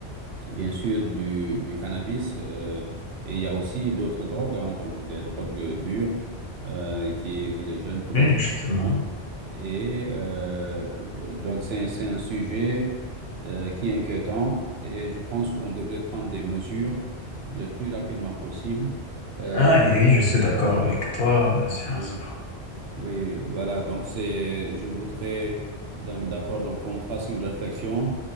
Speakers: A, on the right; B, on the left.
A: bien sûr, du, du cannabis. euh, et il y a aussi d'autres drogues, hein, donc des drogues euh, dures euh, qui, que les jeunes commencent
B: Oui,
A: à
B: justement.
A: consommer. Et euh, v- donc, c'est, un- c'est un sujet euh, qui est inquiétant. Et je pense qu'on devrait prendre des mesures le plus rapidement possible euh,
B: Ah, et oui,
A: pour
B: je suis
A: que ce
B: d'accord
A: fléau
B: avec
A: ne continue.
B: toi. euh, sur
A: Oui.
B: ce point.
A: Oui, voilà, donc c'est, je voudrais, donc, d'accord, donc qu'on fasse une réflexion,